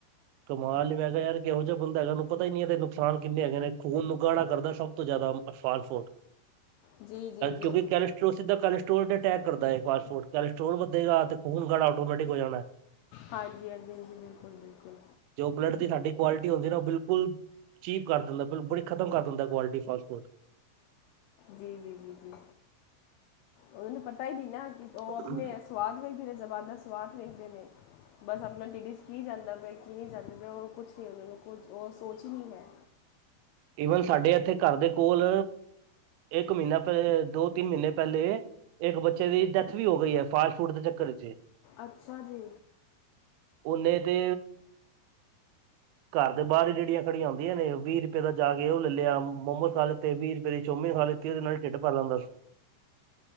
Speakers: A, on the right (about 85°); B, on the left (about 85°).
A: ਕਮਾਲ ਨੀ ਮੈਂ ਕਿਹਾ ਯਾਰ ਕਿਹੋ ਜੇਹਾ ਬੰਦਾ ਹੈਗਾ ਉਹਨੂੰ ਪਤਾ ਨੀ ਇਹ ਨੁਕਸਾਨ ਕਿੰਨੇ ਹੈਗੇ ਨੇ, ਖੂਨ ਨੂੰ ਗਗਾੜਣਾ ਕਰਦਾ ਸ਼ੌ ਸਬ ਤੋਂ ਜ਼ਿਆਦਾ, ਐ ਫਾਸਟ ਫੂਡ
B: ਜੀ ਜੀ ਜੀ
A: ਕਿਉਂਕਿ
B: ਜੀ
A: ਕ ਉਹ ਸਿੱਧਾ ਕੈਲੈਸਟਰੋਲ ਤੇ ਅਟੈਕ ਕਰਦਾ ਹੈ ਫਾਸਟ ਫੂਡ, ਕੈਲੈਸਟੋਲ ਵਧਗਾ ਤੇ ਖੂਨ ਗਾੜਾ ਆਟੋਮੈਟਿਕ ਹੋ ਜਾਣਾ
B: ਹਾਂਜੀ ਹਾਂਜੀ ਹਾਂਜੀ ਬਿਲਕੁਲ ਬਿਲਕੁਲ
A: ਜੋ ਬਲੱਡ ਦੀ ਸਾਡੀ ਕੁਆਲਿਟੀ ਹੁੰਦੀ ਨਾ ਉਹ ਬਿਲਕੁਲ ਚੀਪ ਕਰ ਦਿੰਦਾ, ਬਿਲ ਬੜੀ ਖਤਮ ਕਰ ਦੇਂਦਾ ਕੁਆਲਿਟੀ, ਫਾਸਟ ਫੂਡ
B: ਜੀ ਜੀ ਜੀ ਜੀ ਉਨਾਂਨੂੰ ਪਤਾ ਹੀ ਨਹੀਂ ਨਾ ਕਿ ਉਹ
A: ਫੂਡ
B: ਆਪਣੇ ਐਸ ਸਵਾਦ ਵੇਖਦੇ ਨੇ ਜ਼ਬਾਨ ਦਾ ਸਵਾਦ ਵੇਖਦੇ ਨੇ ਬਸ ਆਪਣਾ ਟਿੱਡੀ ਚ ਕੀ ਜਾਂਦਾ ਪਿਆ ਕੀ ਨਹੀਂ ਜਾਂਦਾ ਪਿਆ ਉਹ ਕੁਛ ਨੀ, ਉਹਨਾਂ ਨੂੰ ਕੁ ਉਹ ਸੋਚ ਹੀ ਨਹੀਂ ਹੈ
A: ਈਵਨ ਸਾਡੇ ਇੱਥੇ ਘਰ ਦੇ ਕੋਲ ਇੱਕ ਮਹੀਨਾ ਪਹਿ ਦੋ ਤਿੰਨ ਮਹੀਨੇ ਪਹਿਲੇ ਇੱਕ ਬੱਚੇ ਦੀ ਡੈਥ ਵੀ ਹੋ ਗਈ ਹੈ, ਫਾਸਟ ਫੂਡ ਦੇ ਚੱਕਰ ਵਿੱਚ
B: ਅੱਛਾ ਜੀ
A: ਔ ਨੇ ਤੇ ਘਰ ਦੇ ਬਾਹਰ ਹੀ ਰੇੜੀਆਂ ਖੜੀਆਂ ਹੂਦਿਆਂ ਨੇ, ਵੀਹ ਰੁਪਏ ਦਾ ਜਾ ਕੇ ਉਹ ਲੈ ਲਿਆ ਮੋਮਰ ਖਾ ਲਿੱਤੇ, ਵੀਹ ਰੁਪਏ ਦੀ ਚਓਮੀਨ ਖਾ ਲਤੀ ਉਹਦੇ ਨਾਲ ਹੀ ਢਿੱਡ ਭਰ ਲੈਂਦਾ ਸੀ